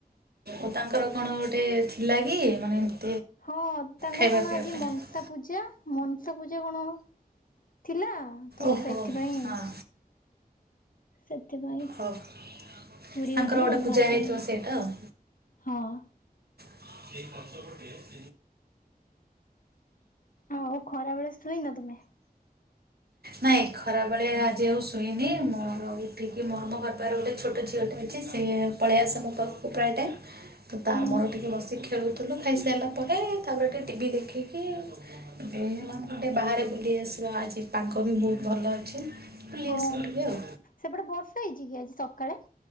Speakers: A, on the right; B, on the left.
A: ଓ ତାଙ୍କର କଣ ଗୋଟେ ଥିଲା କି ମାନେ-
B: ହଁ ତାଙ୍କର
A: ଖାଇବା
B: କଣ
A: ପିଇବା
B: ଆଜି
A: ପାଇଁ
B: ମନସା ପୂଜା। ମନସା ପୂଜା କଣ ଥିଲା ତ
A: ଓହୋ
B: ସେଥି ପାଇଁ।
A: ହଁ
B: ସେଥିପାଇଁ।
A: ହଉ
B: ପୁରୀ
A: ତାଙ୍କର
B: ହେଇଥିଲା
A: ଗୋଟେ
B: ଆଉ
A: ପୂଜା
B: ଭାତ
A: ହେଇଥିବ
B: ହେଇନଥିଲା
A: ସେଇଟା ଆଉ
B: ହଁ।
A: <inaudible>
B: ଆଉ ଖରା ବେଳେ ଶୁଇନ ତୁମେ।
A: ନାହିଁ ଖରାବେଳେ ଆଜି ଆଉ ଶୋଇନି ମୋର ଉଠିକି ମର ଘରପାଖରେ ଗୋଟେ ଛୋଟ ଝିଅଟା ଅଛି ସିଏ ପଳେଇ ଆସେ ମୋ ପାଖକୁ ପ୍ରାୟ ଟାଇମ। ତ ତା
B: ହୁଁ
A: ମୋର ଟିକିଏ ବସି ଖେଳୁଥିଲୁ ଖାଇସାରିଲା ପରେ ତାପରେ ଟିକେ ଟିଭି ଦେଖିକି। ଏ ହେଲା ଗୋଟେ ବାହାରେ ବୁଲି ଆସିବା ଆଜି ପାଗ ବି ବହୁତ ଭଲ ଅଛି। ବୁଲି
B: ହଁ
A: ଆସିଲୁ ଟିକେ ଆଉ
B: ସେପଟେ ବର୍ଷା ହେଇଛି କି ଆଜି ସକାଳେ?